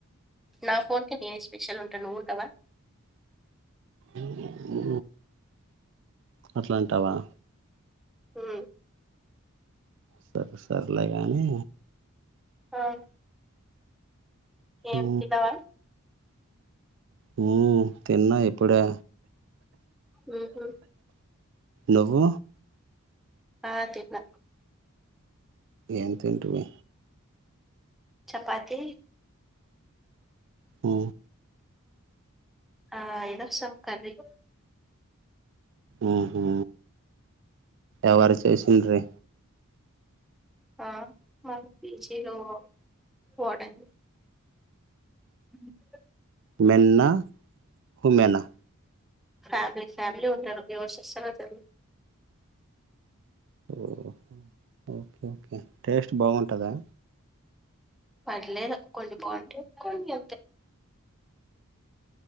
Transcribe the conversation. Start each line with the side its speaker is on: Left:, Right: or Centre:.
Centre: నా ఫోన్ కి నేనే స్పెషల్ ఉంటాను నువ్వు ఉండవా
Right: ఉ హు అట్లాంటావా
Centre: ఉ
Right: సరే సరేలే గాని
Centre: ఆ ఏం
Right: ఉ
Centre: తిన్నావా
Right: హు తిన్న ఇప్పుడే
Centre: ఉ హు
Right: నువ్వు
Centre: ఆ తిన్న
Right: ఏం తింటివి
Centre: చపాతి
Right: ఉ
Centre: ఆ ఏదో సబ్ కర్రీ
Right: ఉ హు ఎవరు చేసిండ్రే
Centre: ఆ పీజీలు పోవడానికి ఏం కర్రీ
Right: మేలా ఫిమేలా
Centre: ఫ్యామిలీ ఫ్యామిలీ ఉన్నారు ఎవరు చేస్తారు అసలు
Right: ఓహో ఓకే ఓకే టేస్ట్ బాగుంటదా
Centre: పర్లేదు కొన్ని బాగుంటాయి కొన్ని అంతే